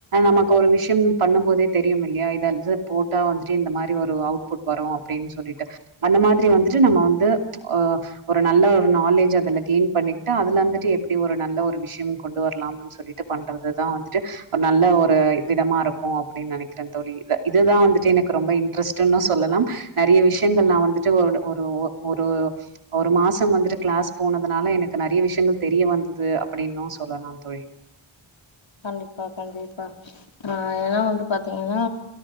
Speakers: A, on the right; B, on the left.
A: நமக்கு ஒரு விஷயம் பண்ணும் போதே தெரியு இல்லையா இந்த அஜப் போட்டா வந்துட்டு இந்த மாதிரி ஒரு அவுட் புட் வரு அப்டின்னு சொல்லிட்டு அந்த மாதிரி வந்துட்டு நம்ம வந்து ஓ ஒரு நல்ல ஒரு நாலேஜ் அதுல கெயின் பண்ணிட்டு அதுல இருந்துட்டு எப்டி ஒரு நல்ல ஒரு விஷயம் கொண்டு வரலாம்னு சொல்லிட்டு பண்றதுதா வந்துட்டு ஒரு நல்ல ஒரு இப்ப இதமா இருக்கு அப்டின்னு நெனைக்கிற தோழி இதுதா வந்துட்டு எனக்கு ரொம்ப இன்ட்ரெஸ்ட்ன்னு சொல்லலாம் நறைய விஷயங்கள் நா வந்துட்டு ஒரு ஒரு ஒரு ஒரு மாசம் வந்துட்டு கிளாஸ் போனதுனால எனக்கு நறைய விஷயங்கள் தெரிய வந்தது அப்டின்னு சொல்லல ஆம் தோழி
B: கண்டிப்பா கண்டிப்பா ஆ ஏனா வந்து பாத்தீங்கனா